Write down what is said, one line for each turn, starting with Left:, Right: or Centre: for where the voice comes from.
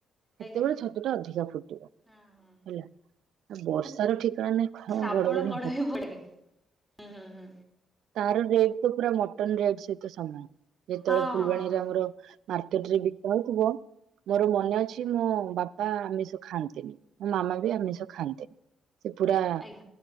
Right: ସେତେବେଳେ
Centre: ଆଜ୍ଞା
Right: ଛତୁ ଟା ଅଧିକା ଫୁଟେ।
Centre: ହଁ ହଁ
Right: ହେଲା ବର୍ଷାର
Centre: ମତେ
Right: ଠିକଣା ନାଇ କଣ
Centre: ଶ୍ରାବଣ
Right: ଘଡଘଡି
Centre: କଢ
Right: <unintelligible>
Centre: ପଡେ ହୁଁ ହୁଁ ହୁଁ।
Right: ତାର ରେଟ ତ ପୁରା ମଟନ ରେଟ ସହିତ ସମାନ ଯେତେବେଳେ
Centre: ହଁ
Right: ଫୁଲବାଣୀରେ
Centre: ହଁ ହଁ।
Right: ଆମର ମାର୍କେଟ ରେ ବିକା ହେଉଥିବ ମୋର ମନେ
Centre: ଆଜ୍ଞା
Right: ଅଛି। ମୋ ବାପା ଆମିଷ ଖାଆନ୍ତିନି ମୋ ମାମା ବି ଆମିଷ ଖାଆନ୍ତି। ସେ ପୁରା
Centre: ଆଜ୍ଞା